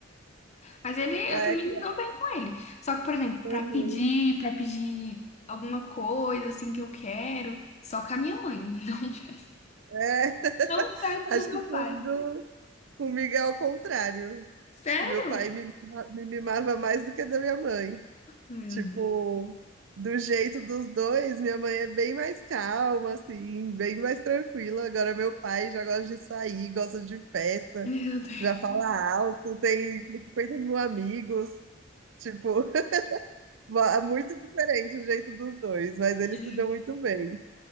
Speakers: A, on the left (about 35°); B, on the right (about 70°).
A: Mas ele,
B: Ai,
A: eu também
B: que
A: me dou bem com ele. Só que, por exemplo, pra
B: Uhum.
A: pedir, pra pedir alguma coisa assim que eu quero, só com a minha mãe. <laughs> Não peço.
B: É, <laughs>
A: Não peço pro
B: acho
A: meu
B: que comigo,
A: pai.
B: comigo é ao contrário.
A: Sério?
B: Acho que meu pai me, mima- me mimava mais do que da minha mãe.
A: Meu
B: Tipo,
A: Deus.
B: do jeito dos dois, minha mãe é bem mais calma, assim, bem mais tranquila. Agora meu pai já gosta de sair, gosta de festa,
A: Meu Deus.
B: já fala alto, tem 50 mil amigos. Tipo, <laughs> é muito diferente o jeito dos dois, mas eles
A: Ju.
B: se dão muito bem.